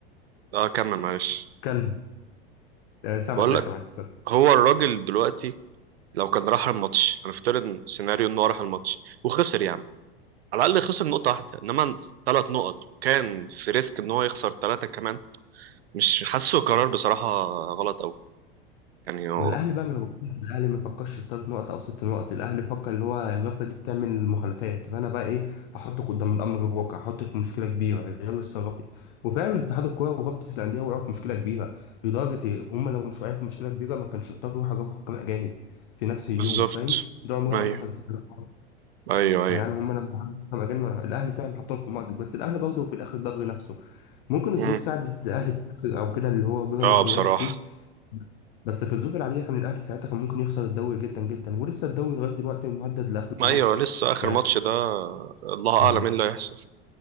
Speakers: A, on the right; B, on the left.
A: اه كمل معلش
B: كان- آه، سامعك
A: بقول
B: لا
A: لك
B: سامعك اتفضل.
A: هو الراجل دلوقتي لو كان راح الماتش هنفترض سيناريو انه راح الماتش وخسر يا عم على الاقل خسر نقطه واحده انما ثلاث نقط وكان في ريسك ان هو يخسر ثلاثه كمان مش حاسه قرار بصراحه غلط قوي يعني هو
B: ما الاهلي بقى من غلطات الاهلي ما فكرش في ثلاث نقط او ست نقط الاهلي فكر اللي هو الرابطه دي بتعمل مخالفات فانا بقى ايه هحطك قدام الامر الواقع هحطك في مشكله كبيره يلا اتصرفي وفعلا اتحاد الكوره ورابطه الانديه وقعوا في مشكله كبيره لدرجه إيه؟ هم لو مش واقعين في مشكله كبيره ما كانش اضطروا يروحوا جابوا حكام اجانب في نفس اليوم
A: بالظبط
B: فاهم ده عمرها
A: ايوه
B: ما حصل في التاريخ
A: ايوه ايوه
B: فيعني هم لما حكموا حكام اجانب الاهلي فعلا حطهم في مأزق بس الاهلي برضه في الاخر ضر نفسه ممكن الظروف
A: مم. امم
B: ساعدت الاهلي في الآخر او كده اللي هو بيراميدز
A: اه بصراحه
B: وقع كتير بس في الظروف العادية كان الأهلي ساعتها كان ممكن يخسر الدوري جدا جدا ولسه الدوري لغاية دلوقتي مهدد لآخر
A: ايوه
B: ماتش
A: لسه اخر
B: يعني
A: ماتش ده الله اعلم
B: مم.
A: ايه اللي هيحصل